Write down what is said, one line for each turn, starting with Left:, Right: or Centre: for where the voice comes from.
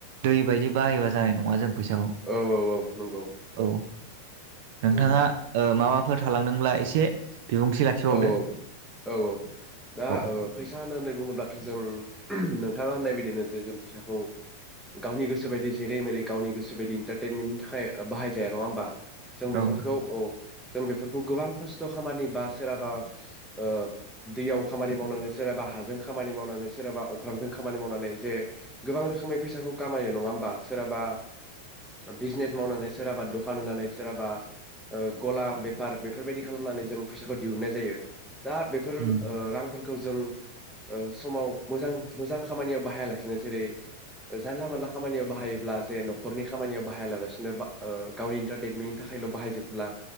Right: दै बायदि बाहायबा जानाय नङा जों फैसाखौ
Centre: औ औ औ नंगौ
Right: औ नोंथाङा
Centre: नंगौ
Right: ओ माबा फोर थालांदोंब्ला एसे बिबुंथि लाखिबावदो
Centre: औ औ औ औ दा
Right: औ
Centre: ओ फैसा होननानै बुङोब्लाथ' जों नों थाङा होननाय बायदिनो जे जों फैसाखौ गावनि गोसोबायदि जेरै मेरै गावनि गोसोबायदि इन्टारटेनमेन्टनि थाखाय ओ बाहायजाया नङा होमबा जों बेफोरखौ
Right: औ
Centre: औ जों बेफोरखौ गोबां खस्थ' खामानि बा सोरहाबा ओ दैयाव खामानि मावनानै सोराबा हाजों खामानि मावनानै सोरहाबा अख्रांजों खामानि मावनानै जे गोबां रोखोमै फैसाखौ कामायो नङा होमबा सोरहाबा बिजनेस मावनानै सोरहाबा दखान होनानै सोराबा ओ गला बेफार बेफोरबायदि खालामनानै जों फैसाखौ दिहुननाय जायो दा बेफोर
Right: उम
Centre: ओ रांफोरखौ जों ओ समाव मोजां मोजां खामानियाव बाहायालासिनो जेरै जानला मानला खामानियाव बाहायोब्ला जे न'खरनि खामानियाव बाहायाबालासिनो बा ओ गावनि इन्टारटइेनमेन्टनि थाखायल' बाहायजोबोब्ला